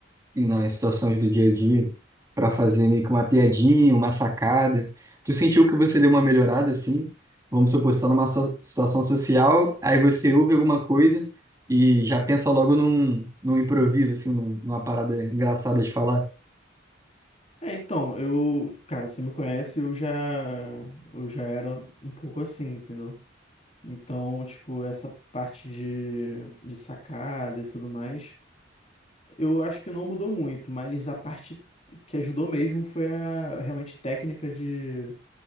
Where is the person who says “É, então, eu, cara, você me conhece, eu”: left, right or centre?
Left